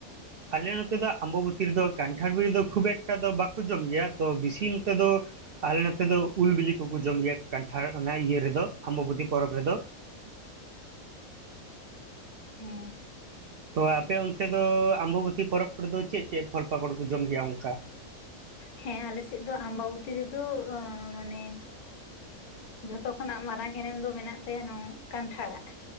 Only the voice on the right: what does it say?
ᱟᱞᱮ ᱱᱚᱛᱮ ᱫᱚ ᱟᱢᱵᱟᱵᱛᱤ ᱨᱮᱫᱚ ᱠᱟᱱᱴᱷᱟᱲ ᱵᱤᱞᱤ ᱫᱚ ᱠᱷᱩᱵ ᱮᱠᱴᱟ ᱫᱚ ᱵᱟᱠᱚ ᱡᱚᱢ ᱜᱮᱭᱟ ᱛᱚ ᱵᱤᱥᱤ ᱱᱚᱛᱮ ᱫᱚ ᱟᱞᱮ ᱱᱚᱛᱮ ᱫᱚ ᱩᱞ ᱵᱤᱞᱤ ᱠᱚᱠᱚ ᱡᱚᱢ ᱜᱮᱭᱟ ᱠᱟᱱᱴᱷᱟᱲ ᱚᱱᱟ ᱤᱭᱟᱹ ᱨᱮᱫᱚ ᱟᱢᱵᱟᱵᱚᱛᱤ ᱯᱚᱨᱚᱵᱽ ᱨᱮᱫᱚ
ᱛᱚ ᱟᱯᱮ ᱚᱱᱛᱮ ᱫᱚ ᱟᱢᱵᱚᱵᱛᱤ ᱯᱚᱨᱚᱵᱽ ᱠᱚᱨᱮ ᱫᱚ ᱪᱮᱫ ᱪᱮᱫ ᱯᱷᱚᱞ ᱯᱟᱠᱚᱲ ᱠᱚ ᱡᱚᱢ ᱜᱮᱭᱟ ᱚᱝᱠᱟ